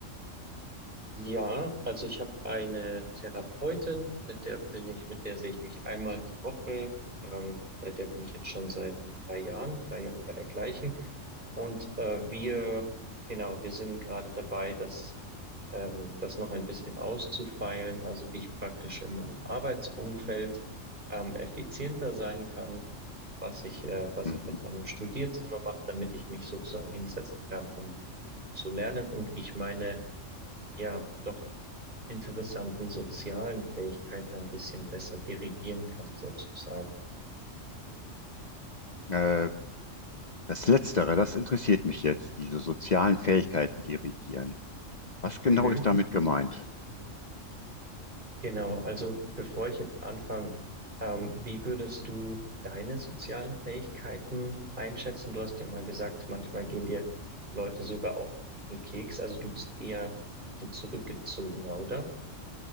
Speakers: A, on the right (about 40°); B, on the left (about 40°).
A: Ja, also ich habe eine Therapeutin, mit der bin ich, mit der sehe ich mich einmal die Woche. Ähm, bei der bin ich jetzt schon seit drei Jahren, drei Jahren bei der gleichen. Und äh, wir, genau, wir sind gerade dabei, das, ähm, das noch ein bisschen auszufeilen, also wie ich praktisch in meinem Arbeitsumfeld ähm, effizienter sein kann, was ich, äh, was
B: Mhm.
A: ich mit meinem Studierzimmer mache, damit ich mich sozusagen hinsetzen kann, um zu lernen und wie ich meine ja doch interessanten sozialen Fähigkeiten ein bisschen besser dirigieren kann, sozusagen.
B: Äh, das Letztere, das interessiert mich jetzt, diese sozialen Fähigkeiten dirigieren. Was genau
A: Mhm.
B: ist damit gemeint?
A: Genau, also bevor ich jetzt anfange, ähm, wie würdest du deine sozialen Fähigkeiten einschätzen? Du hast ja mal gesagt, manchmal gehen dir Leute sogar auf den Keks, also du bist eher ein zurückgezogener, oder?